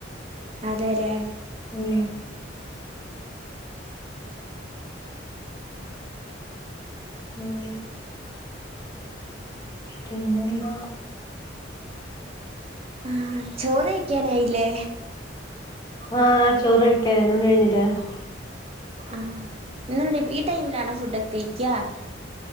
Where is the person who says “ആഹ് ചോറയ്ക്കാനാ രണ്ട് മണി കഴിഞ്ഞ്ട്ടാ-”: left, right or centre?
Left